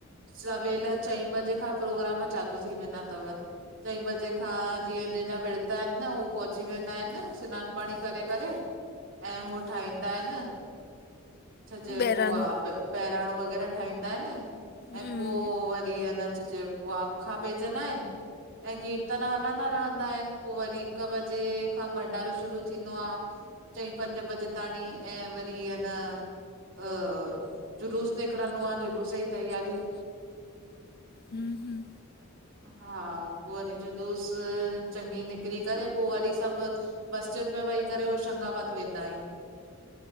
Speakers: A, on the right (about 65°); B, on the left (about 50°).
A: सवेल चईं बजे खां प्रोग्राम चालू थी वेंदा अथव। चईं बजे खां जीअं जंहिंजा विर्त इन न, उहे पहुची वेंदा आहिनि स्नानु पाणी करे करे। ऐं हू ठाहींदा इन। अ छा चइबो
B: बहिराणो
A: आ, बहिराणो वग़ैरह ठाहींदा इन, ऐं
B: हम्म
A: पोइ व वरी अञां छा चइबो आ, अखा पेजंदा इन। ऐं कीर्तन हलंदा रहंदा इन, पोइ वरी हिक बजे, खां भंडारो शुरू थींदो आ। चईं पंजे बजे ताणी, ऐं वरी अनां। अ, जुलूस निकरंदो आ, जुलूस जी तैयारी
B: ह्म ह्म
A: हा, पोइ वरी जुलूस, चङी निकरी करे पोइ वरी सभु बसियुनि में वेही करे होशंगाबाद वेंदा आहियूं।